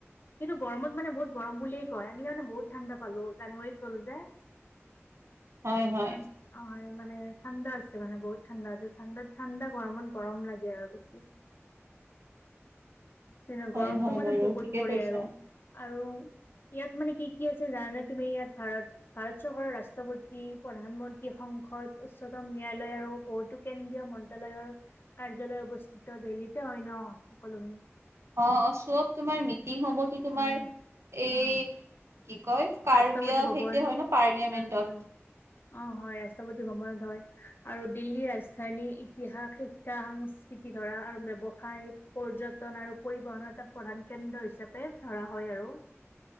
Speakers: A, on the left; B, on the right.
A: কিন্তু গৰমত মানে বহুত গৰম বুলিয়ে কয় আমি যাওঁতে বহুত ঠাণ্ডা পালোঁ জানুৱাৰীত গলোঁ যে।
B: হয় হয়
A: ম অ হয় মানে ঠাণ্ডা আছে মানে বহুত ঠাণ্ডা আছে ঠাণ্ডাত ঠাণ্ডা গৰমত গৰম লাগে আৰু <inaudible> যেনে গৰমতটো
B: হয় হয়
A: মানে
B: বাৰু
A: বহুত
B: ঠিকে
A: পৰে
B: কৈছা
A: আৰু আৰু। ইয়াত মানে কি কি আছে জানানে তুমি ইয়াত ভাৰত ভাৰত চৰকাৰৰ ৰাষ্ট্ৰপতি প্ৰধানমন্ত্ৰী সং সংসদ উচ্চতম ন্যায়ালয় আৰু বহুতো কেন্দ্ৰীয় মন্ত্ৰালয়ৰ। কাৰ্যালয় অৱস্থিত দিল্লিতে হয় ন সকলোখিন।
B: অ অ চব তোমাৰ মিটিং সময়তো তোমাৰ
A: উম
B: এই
A: উম
B: কি কয় কাৰ্বিয়া
A: ৰাষ্ট্ৰপতি ভৱন
B: সেইতে হয় ন পাৰ্লিয়ামেন্টত।
A: উম উম অ হয় আছ ৰাষ্ট্ৰপতি ভ্ৰমণত হয় আৰু দিল্লীৰ ৰাজধানী ইতিহাস শিক্ষা সংস্কৃতি ধৰা আৰু ব্যৱসায় পৰ্যটন আৰু পৰিবহনৰ এটা প্ৰধান কেন্দ্ৰ হিচাপে ধৰা হয় আৰু